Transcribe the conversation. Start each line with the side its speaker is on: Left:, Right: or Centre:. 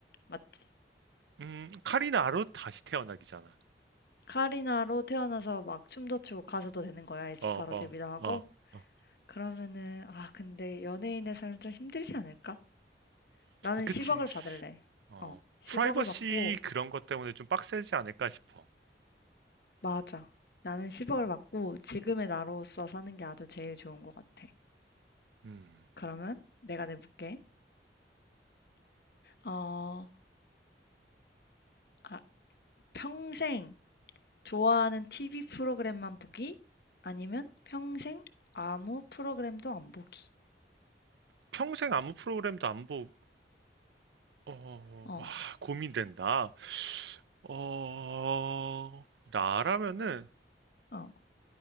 Left: 맞지?
Right: 음, 카리나로 다시 태어나기잖아.
Left: 카리나로 태어나서 막 춤도 추고 가수도 되는 거야. 에스파로
Right: 어, 어,
Left: 데뷔도 하고.
Right: 어, 어.
Left: 그러면은 아, 근데 연예인의 삶은 좀 힘들지 않을까? 나는
Right: 그치.
Left: 10억을 받을래.
Right: 어,
Left: 어, 10억을
Right: 프라이버시
Left: 받고
Right: 그런 것 때문에 좀 빡세지 않을까 싶어.
Left: 맞아. 나는 10억을 받고 지금의 나로서 사는 게 아주 제일 좋은 것 같아.
Right: 음.
Left: 그러면 내가 내볼게. 어, 아, 평생 좋아하는 TV 프로그램만 보기 아니면 평생 아무 프로그램도 안 보기.
Right: 평생 아무 프로그램도 안 보고, 어,
Left: 어,
Right: 와, 고민된다. 어, 나라면은
Left: 어.